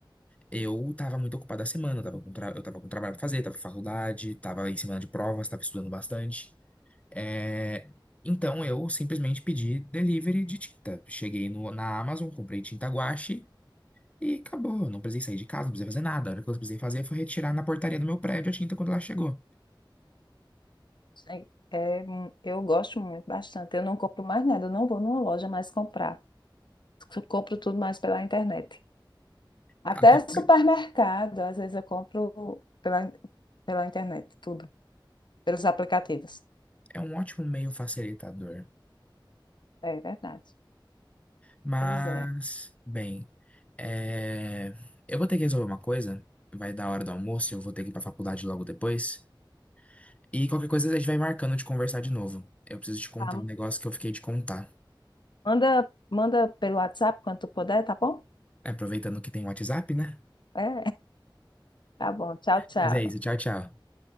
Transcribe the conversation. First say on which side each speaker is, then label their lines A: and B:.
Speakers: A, on the left; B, on the left.
A: eu tava muito ocupado a semana, eu tava com, tra- eu tava com trabalho pra fazer, tava com faculdade, tava em semana de provas, tava estudando bastante. É, Então eu simplesmente pedi delivery de tinta. Cheguei no- na Amazon, comprei tinta guache. E acabou, eu não precisei sair de casa, não precisei fazer nada. A única coisa que eu precisei fazer foi retirar na portaria do meu prédio a tinta quando ela chegou.
B: É, é, hum, eu gosto muito, bastante. Eu não compro mais nada, eu não vou numa loja mais comprar. Eu compro tudo mais pela internet. Até
A: Até porque
B: supermercado, às vezes eu compro pela, pela internet, tudo, pelos aplicativos.
A: é um ótimo meio facilitador.
B: É verdade.
A: Mas,
B: Pois é.
A: bem, é, eu vou ter que resolver uma coisa. Vai dar a hora do almoço, eu vou ter que ir pra faculdade logo depois. E qualquer coisa a gente vai marcando de conversar de novo. Eu preciso te contar
B: Tá,
A: um negócio que eu fiquei de contar.
B: manda, manda pelo WhatsApp quando tu puder, tá bom?
A: Aproveitando que tem WhatsApp, né?
B: É, <laughs> tá bom. Tchau, tchau.
A: Mas é isso, tchau, tchau.